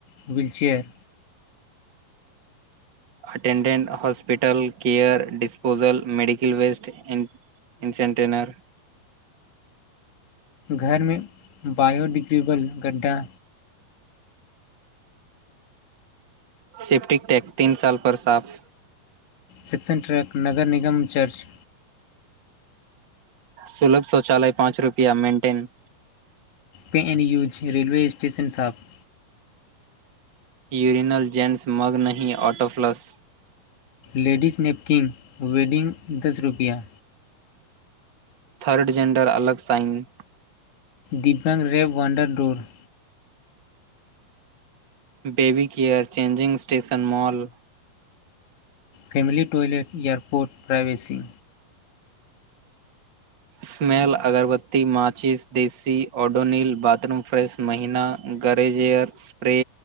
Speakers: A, on the left; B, on the right.
A: wheel chair
B: attendant hospital care disposal medical waste incinerator
A: घरमे बायोडिग्रेबल गड्ढा
B: सेफ्टिक टैक तीन साल पर साफ
A: सिक्शन ट्रक नगर निगम चर्च
B: सुलभ शौचालय पाँच रुपआ maintain
A: pay and use railway station साफ
B: यूरनल जन्स मग नही ऑटोफ्लस
A: लेडीज नेपकिन वेडिंग दस रुपैआ
B: थर्ड जैंडर अलगसँइन
A: डिफरेंट वेब वाडरडोर
B: baby care changing station mall
A: family toilet airport privacy
B: smell अगरबत्ती माचिस देसी ओऑडोनिल बाथरूम फ्रेश महीना गरेजेयर स्प्रे